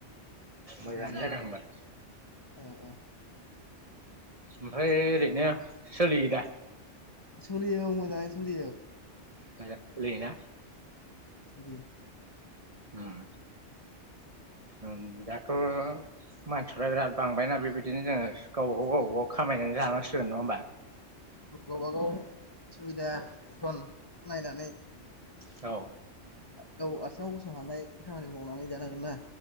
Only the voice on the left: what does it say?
गामियाव
ओ ओ
सोलि औ मोजाङै सोलियो।
दे
गावबागाव सुबिदाथन नायनानै
आ गाव आथिङाव गसंनो हानाय खामानिखौ मावनानै जानो हागोन ना